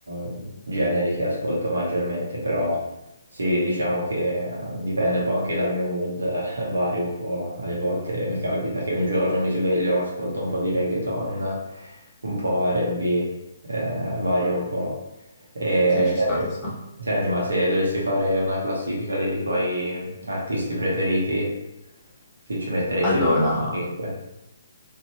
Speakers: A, on the right; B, on the left.
A: eh, generi che ascolto maggiormente, però sì, diciamo che eh, dipende un po' anche dal mio mood, <laughs> eh, vario un po'. Alle volte mi capita che un giorno mi sveglio, ascolto un po' di reggaeton, un po' R&B, eh, vario un po'. E,
B: Sì, ci
A: senti,
B: sta, ci sta.
A: senti, ma se dovessi fare una classifica dei tuoi Artisti preferiti? Chi ci metteresti
B: Allora,
A: 5?